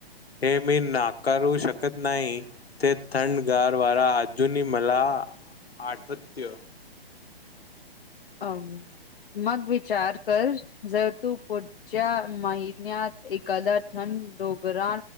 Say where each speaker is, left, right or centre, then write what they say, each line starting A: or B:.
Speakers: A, on the left; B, on the left.
A: हे मी नाकारू शकत नाही ते थंडगार वारा अजूनही मला आठवत्य
B: ह मग विचार कर जर तू पुढच्या महिन्यात एखादा थंड डोगरा